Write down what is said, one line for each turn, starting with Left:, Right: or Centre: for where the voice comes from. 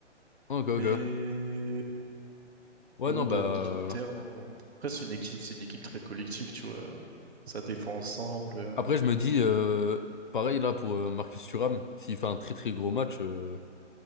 Left: Ok,
Right: Mais
Left: ok. Ouais,
Right: ouais,
Left: non, bah...
Right: bah l'Inter. hein. Après, c'est une équipe. C'est une équipe très collective, tu vois. Ça défend ensemble. euh.
Left: Après, je me dis, euh, pareil là pour euh, Marcus Thuram, s'il fait un très très gros match, euh,